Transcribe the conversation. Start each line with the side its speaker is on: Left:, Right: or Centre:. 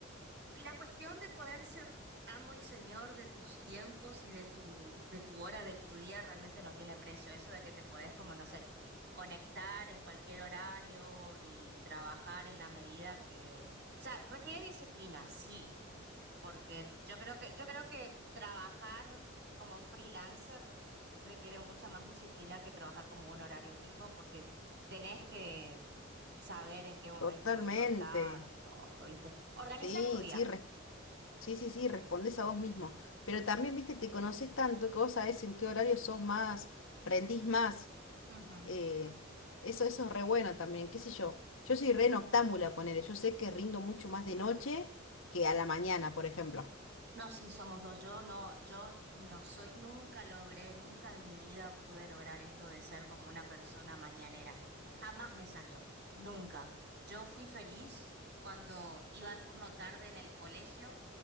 Right: La cuestión de poder ser amo y señor de tus tiempos y de tu, de tu hora, de tu día, realmente no tiene precio. Eso de que te podés, como no sé, conectar en cualquier horario y trabajar en la medida que... O sea, requiere disciplina, sí, porque yo creo que, yo creo que trabajar como freelancer requiere mucha más disciplina que trabajar como un horario fijo, porque tenés que saber en qué momento
Left: Totalmente.
Right: levantarte, todo, ¿viste? Organizar
Left: Sí,
Right: tu día.
Left: sí, res- sí, sí, sí, respondes a vos mismo. Pero también, viste, te conoces tanto que vos sabés en qué horario sos más, rendís más.
Right: Ajá.
Left: eh, eso, eso es re bueno también, qué sé yo. Yo soy re noctámbula, ponele. Yo sé que rindo mucho más de noche que a la mañana, por ejemplo.
Right: No, sí, somos dos. Yo no, yo no soy, nunca logré, nunca en mi vida pude lograr esto de ser como una persona mañanera. Jamás me salió, nunca. Yo fui feliz cuando iba a turno tarde en el colegio